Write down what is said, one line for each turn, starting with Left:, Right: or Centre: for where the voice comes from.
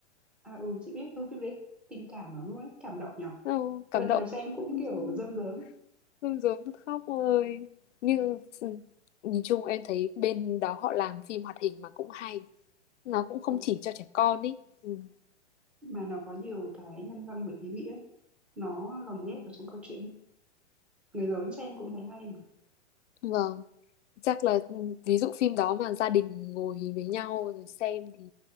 Centre: à ừ chị biết ừ phim đấy tình cảm lắm luôn ấy cảm động nhở
Left: Ồ, cảm
Centre: lần
Left: động
Centre: nào xem cũng
Left: <laughs>
Centre: kiểu rơm rớm
Left: rưng rưng khóc ơi như ừ, nhìn chung em thấy bên đó họ làm phim hoạt hình mà cũng hay nó cũng không
Centre: đúng
Left: chỉ cho trẻ con ý ừ.
Centre: mà nó có nhiều cái nhân văn và ý nghĩa nó lồng ghép
Left: ừ,
Centre: vào trong câu chuyện ấy. người lớn xem cũng
Left: ừ.
Centre: thấy hay
Left: ừ. vâng chắc là ừ, ví dụ phim đó mà gia đình ngồi với nhau rồi xem thì